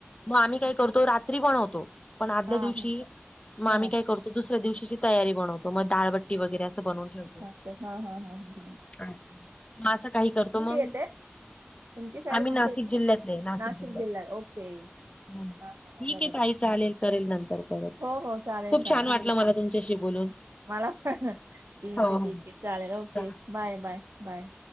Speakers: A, on the left; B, on the right.
A: मग आम्ही काय करतो. रात्री बनवतो पण आदल्या
B: हा
A: दिवशी
B: हा
A: मग
B: हा
A: आम्ही काय करतो. त दुसऱ्या दिवशीची तयारी बनवतो. मग दाळबट्टी वगैरे अस बनवून ठेवतो.
B: हां हा हा हां.
A: अच्छा. मग असं काही करतो मगं.
B: येते तुमची साईड
A: आम्ही
B: कोणती
A: नाशिक
B: येते
A: जिल्ह्यातले नाशिक जिल्ह्यात.
B: जिल्हा ओके
A: ह
B: हा हा हा.
A: ठीक
B: बरोबर
A: आहे. ताई चालेल करेल नंतर, परत
B: हो हो चालेल
A: खूप
B: चालेल
A: छान वाटलं मला तुमच. तुमच्याशी बोलून.
B: मला पण ठीक
A: हो
B: आहे.
A: हो.
B: ठीक आहे चालेल ओके
A: चालेल.
B: Bye bye bye.